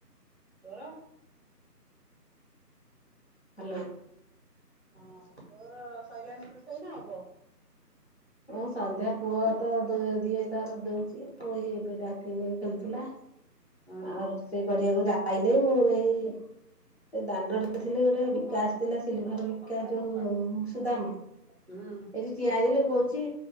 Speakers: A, on the right; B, on the left.
A: ତୋର?
B: ହାଲୋ।
A: ହଁ ତୋର ସ‌ଇଲାଣି ନା ହବ?
B: ହଁ ସନ୍ଧ୍ୟା ପୁଅ ତ ଦି ଦିଏ ତାର ଦଉଚି ମୁଁ ଏଇ ଏବେ ଡାକିଲି ଖେଳୁଥିଲା।
A: ହଁ
B: ଆଉ ରୋଷେଇ କରିବାକୁ ଯାଇନି ମୁଁ ଏଇ ଦାଣ୍ଡରେ ଥିଲେ ଏଇ ଗୋଟେ ବିକା ଆସିଥିଲା ସିଲିଭର ବିକା ଯୋଉ ସୁଦାମ।
A: ହୁଁ
B: ଏଇଠି ଠିଆ ହେଇଥିଲି କୋହୁଚି